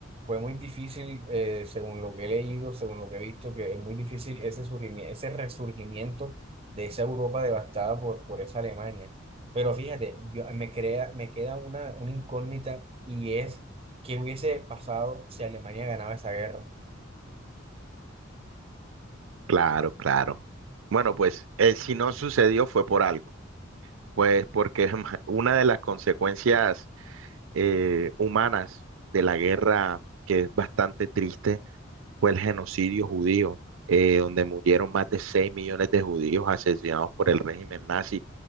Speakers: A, on the right (about 30°); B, on the right (about 75°).
A: fue muy difícil, eh, según lo que he leído, según lo que he visto, que es muy difícil ese surgimi- ese resurgimiento de esa Europa devastada por, por esa Alemania. Pero fíjate, yo, me crea, me queda una, una incógnita y es qué hubiese pasado si Alemania ganaba esa guerra.
B: Claro, claro. Bueno, pues eh, si no sucedió fue por algo, pues porque <laughs> una de las consecuencias eh, humanas de la guerra, que es bastante triste, fue el genocidio judío, eh, donde murieron más de 6 millones de judíos asesinados por el régimen nazi.